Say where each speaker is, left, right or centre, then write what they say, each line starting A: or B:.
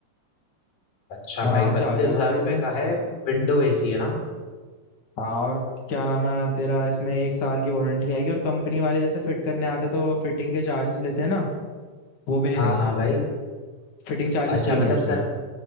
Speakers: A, on the left (about 70°); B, on the left (about 45°).
A: अच्छा
B: आराम
A: भाई
B: से
A: बत्तीस
B: आ जाएगा
A: हजार
B: तेरे
A: रुपये
B: लिए
A: का है विंडो एसी है ना
B: हाँ और क्या नाम है तेरा इसमें एक साल की वारंटी आएगी और कंपनी वाले जैसे फिट करने आते तो फिटिंग के चार्जेस लेते हैं ना वो भी नहीं
A: हाँ
B: लेंगे
A: हाँ भाई
B: फिटिंग चार्जेस
A: अच्छा
B: फ्री
A: मतलब
B: है इसमें
A: सर